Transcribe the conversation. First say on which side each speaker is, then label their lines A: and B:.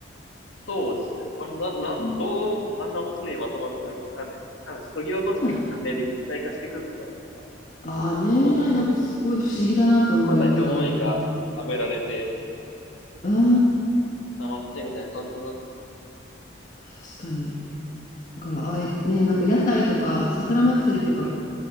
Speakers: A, on the left (about 85°); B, on the left (about 40°).
A: そうですね。あれ、な、な、
B: うん
A: どう、あんな綺麗にまとまるのかよくわかんないですね。多分、削ぎ落としていく過程で一体化していくんですからね、
B: ね
A: なんか。
B: ああねえ、
A: どうなんですかね。
B: なんかすごい不思議だなと思いながら見て。
A: で、また表面が炙られて、
B: あ
A: 固まってみたいな感じなんですかね。
B: あ、確かに。だから、ああい、ねえ、なんか屋台とか、桜祭りとか
A: はい。